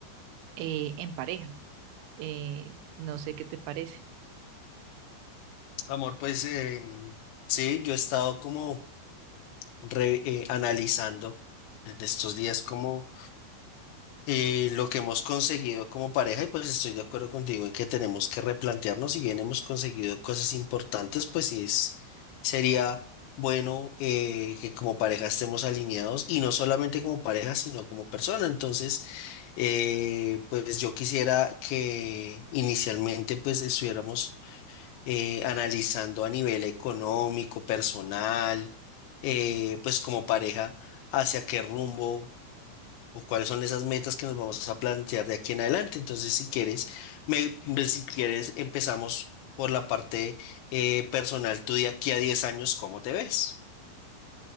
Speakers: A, on the right; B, on the left.
A: eh, en pareja. Eh, no sé qué te parece.
B: Amor, pues em, sí, yo he estado como re- eh, analizando en estos días como eh, lo que hemos conseguido como pareja y pues estoy de acuerdo contigo en que tenemos que replantearnos, si bien hemos conseguido cosas importantes, pues sí es, sería bueno eh, que como pareja estemos alineados y no solamente como pareja, sino como persona. Entonces, eh, pues yo quisiera que inicialmente pues estuviéramos eh, analizando a nivel económico, personal, eh, pues como pareja, hacia qué rumbo o cuáles son esas metas que nos vamos a plantear de aquí en adelante. Entonces, si quieres, me, me- si quieres, empezamos por la parte eh, personal. Tú de aquí a 10 años, ¿cómo te ves?